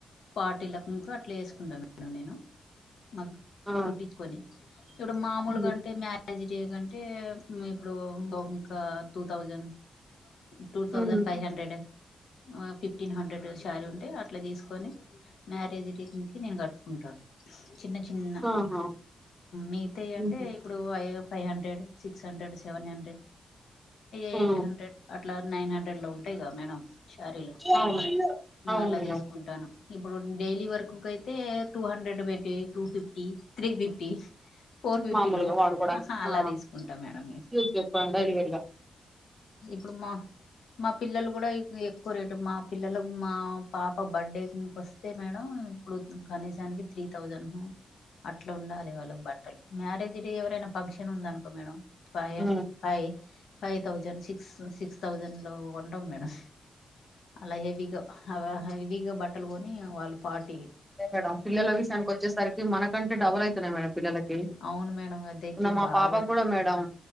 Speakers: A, on the left; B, in the centre.
A: పటీలం అట్లా వేసుకుంటాను మేడం నేను మ
B: ఆ!
A: కుట్టించుకొని ఇప్పుడు మామూలు
B: హ్మ్.
A: కంటే మ్యాజిక్ చేగం అంటే ఇప్పుడు ఇంకా టూ థౌజండ్ Two thousand
B: హ్మ్.
A: five hundred fifteen hundred sari ఉంటే అట్లా తీసుకొని మ్యారేజ్ డేంగ్కి నేను కట్టుకుంటాను చిన్న చిన్న
B: ఆహా
A: మిగతా
B: హుహు.
A: అంటే ఇప్పుడు అయ ఫైవ్ హండ్రెడ్ సిక్స్ హండ్రెడ్ సె హండ్రెడ్ ఎయిట్
B: హ్మ్.
A: హండ్రెడ్ అట్లా నైన్ హండ్రెడ్ లో ఉంటాయి కద మేడడం షారీలు
B: అవును అవును
A: అలా
B: మేడం
A: తీసుకుంటాను ఇప్పుడు డైలీ వర్క్ క అయితే టూ హండ్రెడ్ పెట్టటి two fifty three fifty four ఫిఫ్టీలోహా
B: మామూలుగా వాడుకోవడానికి
A: అలా
B: ఆ!
A: తీసుకుంటా మేడం
B: యూజ్ చేసుకోవడం డైలీ వేర్ గా
A: అప్పుడుమా మా పిల్లలు కూడా ఎక్కువ రేటు మా పిల్లలకు మా పాప బర్త్డే వస్తే మేడం ఇప్పుడు కనీసానికి త్రీ థౌజండ్ అట్లా ఉండాలి వాళ్ళకి బట్టలు మ్యారేజ్ డే ఎవరైనా పంక్షన్ ఉందనుకో మేడం ఫయ
B: అదే
A: ఫై ఫైవ్ థౌజండ్ సిక్స్ సిక్స్ తౌసండ్లో కొంటాం మేడమ్ అలా హే హెవీగా బట్ట బట్టలుకొని వాళ్ళు పార్టీ
B: ే మేడం పిల్లల విషయానికి వచ్చేసరికి మనకంటే డబల్ అయితున్నాయి మేడం పిల్లలకి కి
A: అవును మేడం అదైతే
B: మొన్న మా
A: బాగా
B: పాపకు కూడా మేడం